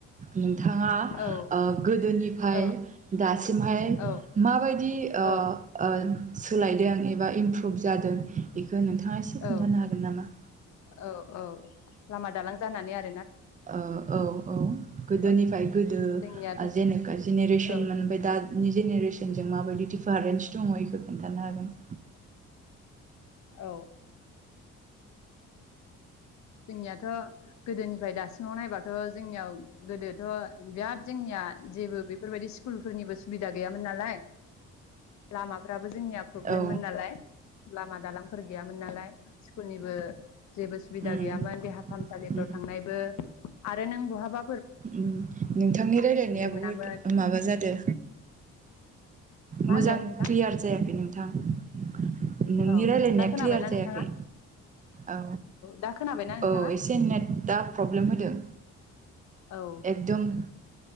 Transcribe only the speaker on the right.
उम थाङा
ओ गोदोनिफ्राय
दासिमहाय
माबायदि ओ
ओ सोलायदों एबा इमप्रुभ जादों बे खो नोंथाङा एसे खोन्थानो
हागोन नामा‌?
ओ औ औ गोदोनिफ्राय
गोदो ओ
जेनेखा जेनेरेसन
मोन ओमफाय दानि जेनेरेसनजों माबायदि दिफारेन्स दङ' इखो खोन्थानो हागोन
औ
उम
उम
उम नोंथांनि रायलायनाया
बुहुत माबा जादो
मोजां
क्लियार जायाखै नोंथां नोंनि
रायलायनाया
क्लियार जायाखै
औ
औ एसे नेटआ प्रब्लेम होदों
एकदम